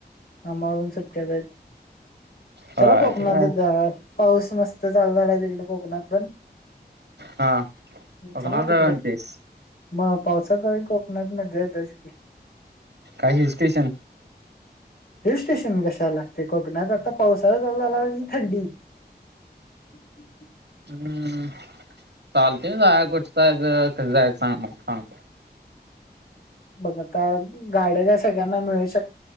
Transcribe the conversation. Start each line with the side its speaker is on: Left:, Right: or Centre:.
Left: आम्हाला पण सुट्ट्याच हायेत,
Right: होय
Left: चला कोकणातच
Right: ते काय
Left: जाऊया. पाऊस मस्त चालु झाला आहे, तिकडं कोकणात पण.
Right: हा कोकणाला
Left: चालला तिकडं,
Right: जाऊया म्हणतेस
Left: मग पावसात कोकणात <unintelligible> ढच की
Right: काय हिल स्टेशन?
Left: हिल स्टेशन कशाला लागते कोकणात, आता पावसाळा चालू झाला म्हणजे थंडी. <inaudible>
Right: हम्म, चालतंय जाया कुठ जायाचं? कधी जायाचं? आमाला सागं.
Left: बघ, आता गाड्या का सगळ्यांना मिळू शक